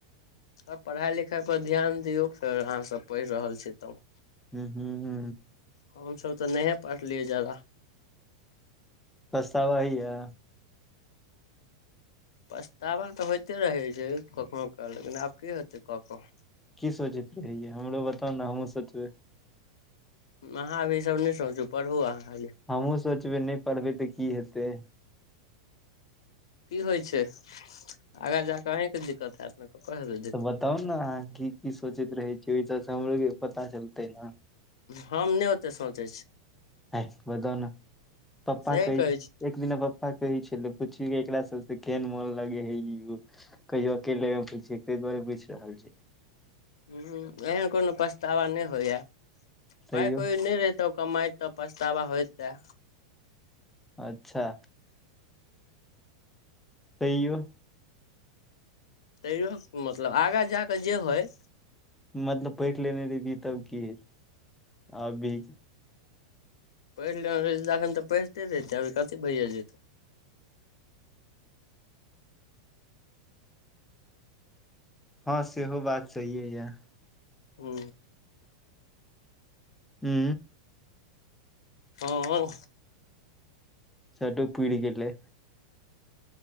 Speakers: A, on the left; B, in the centre.
A: आ पढ़ाइ लिखाइ पर ध्यान दियौ फेर अहाँ सभ पढ़ि रहल छी तब
B: ह हू हू
A: हमसभ तऽ नहि पढ़लियै ज्यादा
B: पछ्तावा होए या
A: पछतावा तऽ होइते रहै छै कखनो काल कऽ लेकिन आब की होेतै कऽ कऽ
B: की सोचैत रहहिय हमरो बताउ ने हमहूँ सोचबै
A: अहाँ अभी ई सब नहि सोचू पढ़ अहाँ खाली
B: हमहुँ सोचबै नहि पढ़बै तऽ की हेतै
A: की होइ छै आगाँ जा कऽ अहीँ के दिक्कत हैत <unintelligible>
B: तऽ बताउ ने अहाँ की की सोचैत रहे छै ओहि हमरो के पता चलते ने
A: हम नहि ओते सोचै छी
B: हे बताउ ने पप्पा
A: सही
B: कै
A: कहै छी
B: एक दिना पप्पा कहै छल पुछि एकरा सब केहन मोन लगे हे ई उ कहिय अकेले मे पुछैै ताहि दुआरे पुईछ रहल छै
A: ह एहन कोनो पछतावा नहि होइया
B: तैयो
A: पाइ कौरि नहि रहै तऽ कमइ तऽ पछतावा होई तऽ
B: अच्छा तयो
A: तैयओ मतलब आगाँ जा कऽ जे होइ
B: मतलब पढ़ि लेने रहि तब की है अभी
A: पढ़ि लेने रहै तखन तऽ पढ़िते रहितै अभी कथी भैया जेतै
B: हँ सेहो बात सही ये यऽ
A: हू
B: हू
A: हँ
B: चलु पुइर गेलै